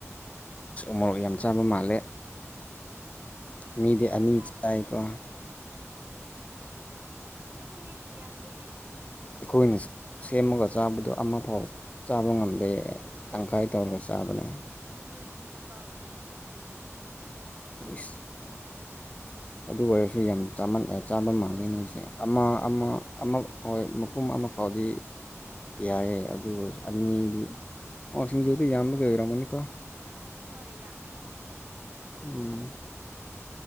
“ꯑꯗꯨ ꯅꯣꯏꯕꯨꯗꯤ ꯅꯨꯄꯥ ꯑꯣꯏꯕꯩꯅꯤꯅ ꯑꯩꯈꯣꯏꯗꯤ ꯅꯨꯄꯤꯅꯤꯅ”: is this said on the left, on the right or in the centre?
Right